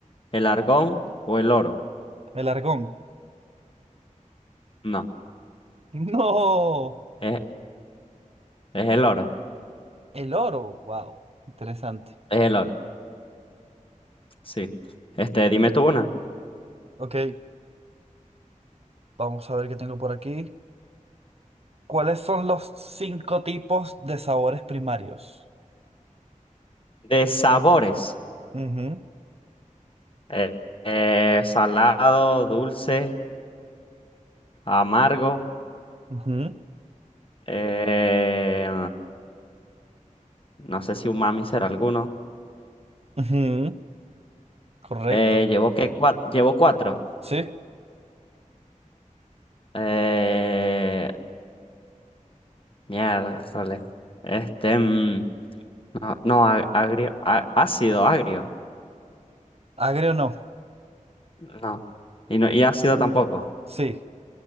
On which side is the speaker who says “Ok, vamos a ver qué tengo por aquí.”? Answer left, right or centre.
Right